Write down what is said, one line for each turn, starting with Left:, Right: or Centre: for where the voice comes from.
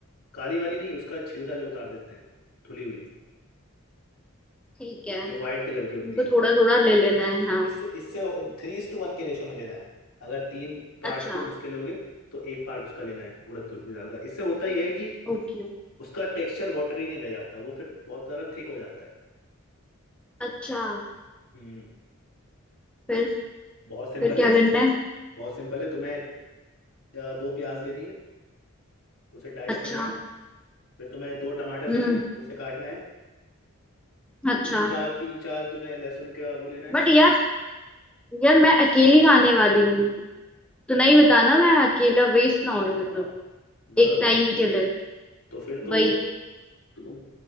Left: काली वाली नहीं उसका छिलका जो उतार देते हैं धुली हुई
Centre: ठीक है
Left: जो वाइट कलर
Centre: इनको
Left: की होती है
Centre: थोड़ा थोड़ा ले लेना है हाँ
Left: इससे इससे थ्री इज टू वन के रेशो में लेना है अगर तीन पार्ट्स
Centre: अच्छा
Left: तुम उसके लोगे तो एक पार्ट उसका लेना है उड़द की दाल का इससे होता यह है कि
Centre: ओके
Left: उसका टेक्सचर वाटरी नहीं रह जाता वो फिर बहुत ज़्यादा थिक हो जाता है
Centre: अच्छा
Left: हम्म
Centre: फिर
Left: बहुत सिंपल
Centre: फिर क्या
Left: है
Centre: करना है
Left: बहुत सिंपल है तुम्हें अ, दो प्याज लेनी है उसे डाइस
Centre: अच्छा
Left: करना है फिर तुम्हें दो टमाटर लेना
Centre: हम्म
Left: है उसे काटना है
Centre: अच्छा
Left: तीन चार तीन चार तुम्हें लहसुन का वो लेना है
Centre: बट यार यार मैं अकेली आने वाली हूँ इतना ही बताना मैं अकेला वेस्ट ना हो
Left: ओ
Centre: मतलब
Left: हाँ ज़्यादा
Centre: एक
Left: हो जाएगा
Centre: टाइम के लिए
Left: तो फिर तो
Centre: वही
Left: तुम